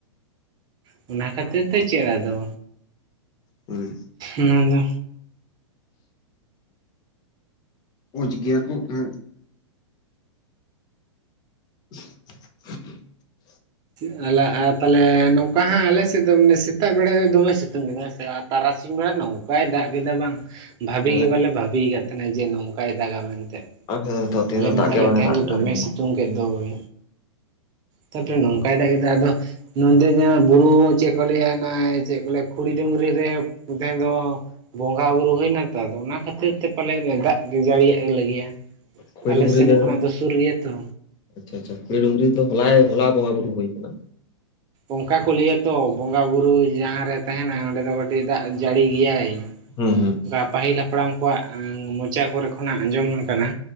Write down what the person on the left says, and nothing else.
ᱦᱳᱭ᱾
ᱚᱡᱽ ᱜᱮᱭᱟ ᱠᱚ ᱚᱝᱠᱟ᱾ <inaudible>
ᱟᱞᱮ
ᱟᱨ ᱛᱚ ᱛᱮᱦᱮᱧ
ᱫᱚ
ᱫᱟᱜ ᱜᱮ ᱵᱟᱝ
ᱮ ᱫᱟᱜ
ᱠᱟᱜ
ᱨᱮᱦᱚᱸ
ᱠᱷᱩᱲᱤ
ᱰᱩᱝᱨᱤ
ᱨᱮ
ᱟᱪᱪᱷᱟ ᱟᱪᱪᱷᱟ ᱠᱷᱩᱲᱤ ᱰᱩᱝᱨᱤ ᱨᱮ ᱫᱚ ᱦᱚᱞᱟᱭ ᱦᱚᱞᱟ ᱵᱚᱸᱜᱟ ᱵᱩᱨᱩ ᱦᱩᱭ ᱠᱟᱱᱟ
ᱦᱩᱸ